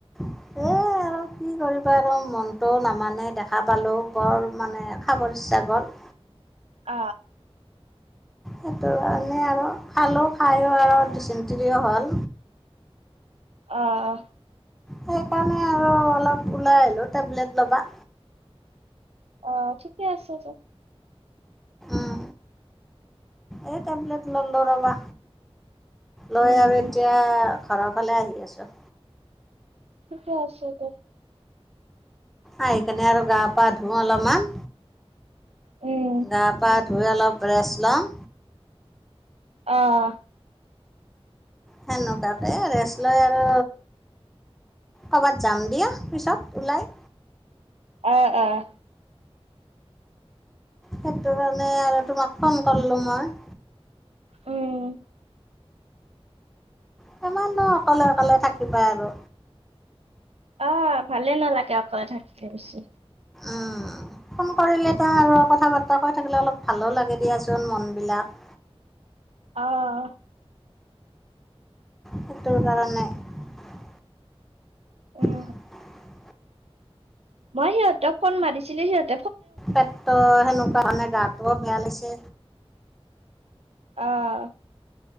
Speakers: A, in the centre; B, on the right.
A: এ, আৰু কি কৰিবা আৰু মনটোও নামানে দেখা পালো বৰ মানে খাবৰ ইচ্ছা গল
B: অ
A: সেইটো কাৰণে আৰু খালোঁ খাইো আৰু দিচেন্ত্ৰীও হ'ল।
B: অ',
A: সেইকাৰণে আৰু অলপ ওলাই আহিলো টেবলেট ল'বা।
B: অ ঠিকে আছে দে।
A: উম এই টেবলেট ললো ৰবা। লৈ
B: উম
A: আৰু এতিয়া ঘৰ ফালে আহি আছো।
B: ঠিকে আছে ত
A: আহি কেনে আৰু গা পা ধুও অলপমান।
B: উম
A: গা পা ধুই অলপ ৰেষ্ট লওঁ।
B: আহ
A: সেনেকুৱাকে ৰেষ্ট লৈ আৰু ক'বাত যাম দিয়া পিছত ওলাই।
B: আহ আহ।
A: সেইটো কাৰণে আৰু তোমাক ফোন কৰিলোঁ মই।
B: উম।
A: কিমান নো অকলে অকলে থাকিবা আৰু।
B: অ ভালে নালাগে অকলে থাকি বেছি
A: উম ফোন কৰিলে তেওঁ আৰু কথা বাৰ্তা কৈ থাকিলে অলপ ভালো লাগে দিয়াচোন মনবিলাক।
B: আহ।
A: সেইটোৰ কাৰণে <unintelligible>
B: উম মই সিহঁতক ফোন মাৰিছিলো সিহঁতক
A: পেট সেনেকুৱা মানে গাতোও ভাল আছে।
B: আহ।